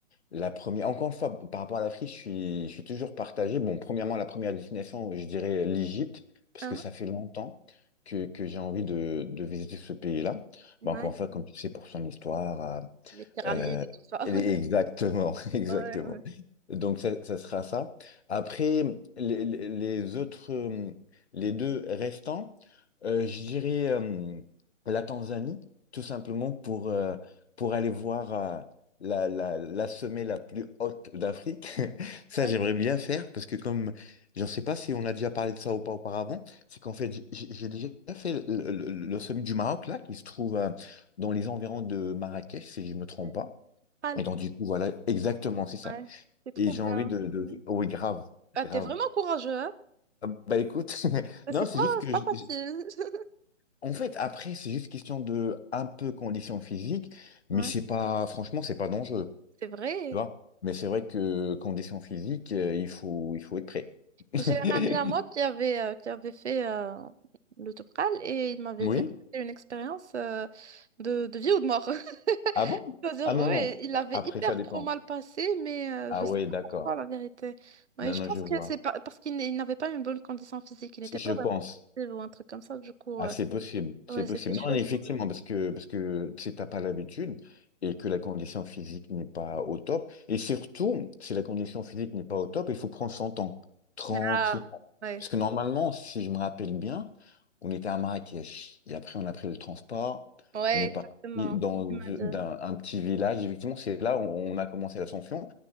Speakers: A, on the left; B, on the right.
A: la première, encore une fois, par rapport à l'Afrique, je suis, je suis toujours partagé. Bon, premièrement, la première destination, je dirais l'Égypte, parce
B: Hein
A: que ça fait longtemps que, que j'ai envie de, de visiter ce pays-là.
B: Ouais.
A: Bah, encore une fois, comme tu sais, pour son histoire, euh,
B: Les pyramides
A: euh,
B: et tout ça.
A: et-
B: <laughs>
A: exactement, <laughs> exactement.
B: Ouais, ouais.
A: Donc ça, ça sera ça. Après, les, les- les autres, euh, les deux restants, euh, je dirais euh, la Tanzanie, tout simplement pour, euh, pour aller voir euh, la, la, la sommet la plus haute d'Afrique. <laughs> Ça,
B: Ouais.
A: j'aimerais bien faire parce que comme, je ne sais pas si on a déjà parlé de ça ou pas auparavant, c'est qu'en fait, j- j'ai j'ai déjà fait le, le- le sommet du Maroc, là, qui se trouve dans les environs de Marrakech, si je me trompe
B: Ouais.
A: pas.
B: Ah,
A: Et donc, du coup, voilà, exactement, c'est ça.
B: ouais. C'est trop
A: Et j'ai
B: bien.
A: envie de, de-
B: Mm.
A: Oui, grave,
B: Ah,
A: grave.
B: t'es vraiment courageux, hein?
A: Ah, Bah écoute, <laughs> non,
B: C'est pas,
A: c'est juste que...
B: c'est pas
A: je-
B: facile.
A: je-
B: <laughs>
A: En fait, après, c'est juste question de un peu condition physique, mais
B: Ouais.
A: c'est pas... Franchement, c'est pas dangereux,
B: C'est vrai.
A: tu vois. Mais c'est vrai que condition physique, euh, il faut, il faut être prêt. <laughs>
B: J'ai un ami à moi qui avait, euh, qui avait fait euh, le Topral et il m'avait
A: Oui?
B: dit que c'était une expérience euh, de, de vie ou de mort. <laughs>
A: Ah bon?
B: C'est-à-dire,
A: Ah non,
B: ouais,
A: non.
B: il avait
A: Après,
B: hyper
A: ça dépend.
B: trop mal passé, mais euh,
A: Ah
B: je sais
A: ouais,
B: pas
A: d'accord.
B: pourquoi la vérité. Ouais,
A: Non,
B: je
A: non,
B: pense
A: je vois.
B: que c'est pas, parce qu'il n'est- il n'avait pas une bonne condition physique, il n'était
A: Je
B: pas
A: pense.
B: vraiment sportif ou un truc comme ça, du coup,
A: Ah,
B: euh,
A: c'est possible,
B: ouais,
A: c'est possible.
B: c'était chaud
A: Non, mais effectivement,
B: pour lui.
A: parce que, parce que tu sais, t'as pas l'habitude et que la condition physique n'est pas au top. Et surtout, si la condition physique n'est pas au top, il faut prendre son temps, tranquillement.
B: Ah, ouais,
A: Parce que normalement, si je me rappelle bien, on était à Marrakech et après on a pris le transport,
B: ouais,
A: on est
B: exactement.
A: parti dans
B: Il m'a dit.
A: d'un- un, petit village. Effectivement, c'est là où on a commencé l'ascension.